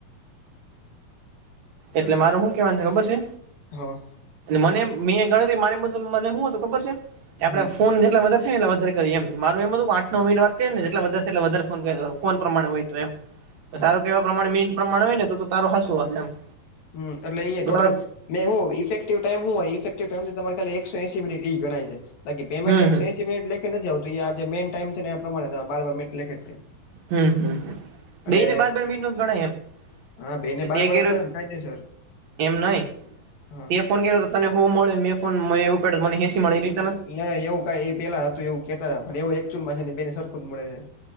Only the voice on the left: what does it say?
હા
હમ,
<inaudible>
હમ્મ એટલે એ
ટોટલ
મે હું ઇફે્ટિવ ટાઈમ શું હોય ઇફે્ટીવ ટાઈમ તમાર ખાલી એકસો એસી મિનીટ ઈ ગણાય છે બાકી પેમેન્ટ
એકસો
એસી મિનીટ લેખે નથી આવતું આ જે મેન ટાઈમ છે ને એ પ્રમાણે બાર બાર મિનીટ લેખે
અને
હા બેને
બાર
બાર
જ ગણે ને કાયદેસર
હા.
ના એવું કાય એ પેલા હતું એવું કેતા હતા પણ એવું એકચુલમાં છે ને બેને સરખું જ મળે છે.